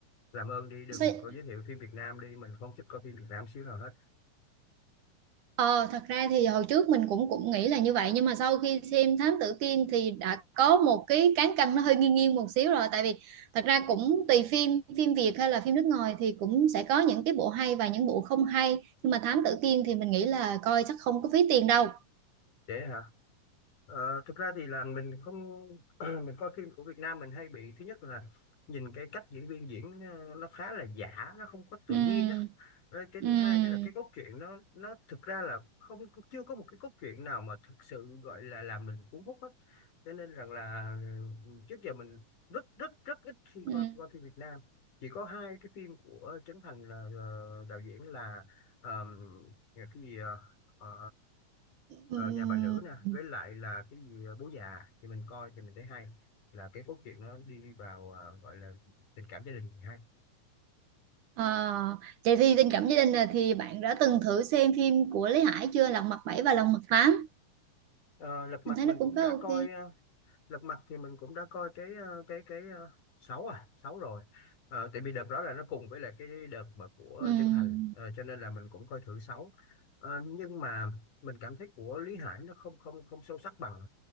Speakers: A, on the left; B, on the right.
A: Làm ơn đi, đừng
B: sao,
A: có giới thiệu phim Việt Nam đi. Mình không thích coi phim Việt Nam xíu nào hết.
B: Ờ, thật ra thì hồi trước mình cũng cũng nghĩ là như vậy nhưng mà sau khi xem Thám Tử Kiên thì đã có một cái cán cân nó hơi nghiêng nghiêng một xíu rồi tại vì thật ra cũng tùy phim phim Việt hay là phim nước ngoài thì cũng sẽ có những cái bộ hay và những bộ không hay nhưng mà Thám Tử Kiên thì mình nghĩ là coi chắc không có phí tiền đâu
A: Dễ hả? Ờ, thực ra thì là mình không... <clears throat> mình coi phim của Việt Nam mình hay bị... Thứ nhất là nhìn cái cách diễn viên diễn ờ, nó khá là giả, nó không có tự
B: Ừm,
A: nhiên á Rồi cái
B: ừm,
A: thứ hai nữa là cái cốt truyện nó nó thực ra là không chưa có một cái cốt truyện nào mà thực sự gọi là làm mình cuốn hút hết cho nên rằng là ừ, trước giờ mình rất rất rất ít khi
B: ừm,
A: coi coi phim Việt Nam chỉ có hai cái phim của Trấn Thành là ờ, đạo diễn là ờm, cái gì ờ, ờ, ờ,
B: ừm.
A: nhà bà nữ nè với lại là cái gì ờ, bố già thì mình coi thì mình thấy hay là cái cốt truyện nó đi vào ờ, gọi là tình cảm gia đình thì hay
B: Ờ, vậy thì tình cảm gia đình là thì bạn đã từng thử xem phim của Lý Hải chưa Lật Mặt bảy và Lật Mặt tám
A: Ờ, Lật Mặt
B: mình thấy
A: mình
B: nó
A: cũng
B: cũng khá
A: đã
B: ok
A: coi ờ, lật mặt thì mình cũng đã coi cái ờ, cái cái ờ, sáu à sáu rồi Ờ, tại vì đợt đó là nó cùng với lại cái đợt mà của
B: Ừm.
A: Trấn Thành Ờ, cho nên là mình cũng coi thử sáu Ờ, nhưng mà mình cảm thấy của Lý Hải nó không không không sâu sắc bằng